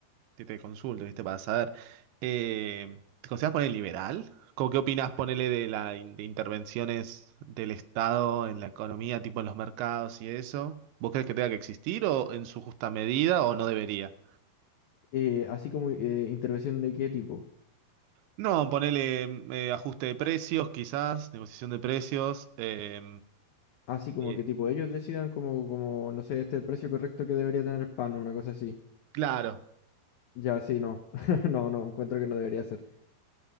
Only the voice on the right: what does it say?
te, te consulto, ¿viste? Para saber. Eh, ¿te consideras poner liberal? ¿Cómo qué opinas, ponele, de la in- de intervenciones del Estado en la economía, tipo en los mercados y eso? ¿Vos crees que tenga que existir o en su justa medida o no debería?
No, ponele mm, eh, ajuste de precios, quizás, negociación de precios. eh,
eh,
claro.